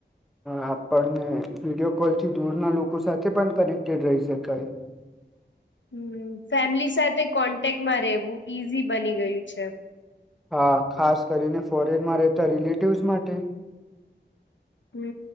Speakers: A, in the centre; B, on the left.
A: આપણને વિડીિયો કોલ થી દૂરના લોકો સાથે પણ કનેક્ટેડ રહી શકાય
B: હમ ફેમિલી સાથે કોન્ટેક્ટમાં રહેવું ઈઝી બની ગયું છે
A: હા ખાસ કરીને ફોરેનમાં રહેતા રિલેટિવસ માટે
B: હ